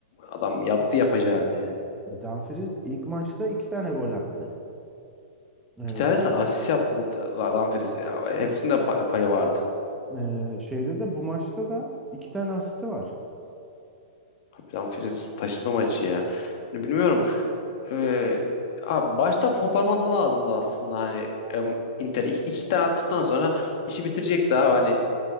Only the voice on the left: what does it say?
adam yaptı yapacağını yani.
Bir tanesi de asist yaptı da- Dumfries. Ya, hepsinde pa- payı vardı.
Abi Dumfries taşıdı maçı ya. Hani bilmiyorum. Ee, abi başta koparması lazımdı aslında hani em, Inter iki, iki tane attıktan sonra işi bitirecekti abi hani